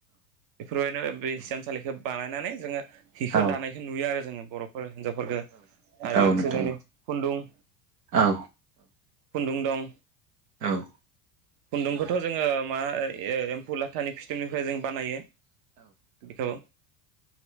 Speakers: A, on the right; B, on the right.
A: बेफोरबायदिनो बे थानसालिखौ बानायनानै जोंङो हिखौ
B: औ
A: दानायखौ नुयो आरो जोंङो बर'फोर हिनजावफोरखौ आरो
B: औ
A: लोगोसे
B: नोंथां
A: जोंनि खुन्दुं
B: औ
A: खुन्दुं दं
B: औ
A: खुन्दुंखौथ' जोंङो मा एम्फौ लाथानि फिथोबनिफ्राय जों बानायो बेखौ